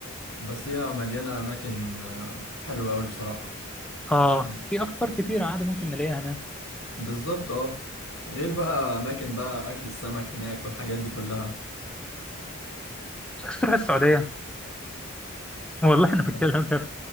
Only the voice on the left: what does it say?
بس هي مليانة أماكن آه، حلوة أوي بصراحة
مم.
بالظبط اه غير بقى أماكن بقى أكل السمك هناك والحاجات دي كلها
والله.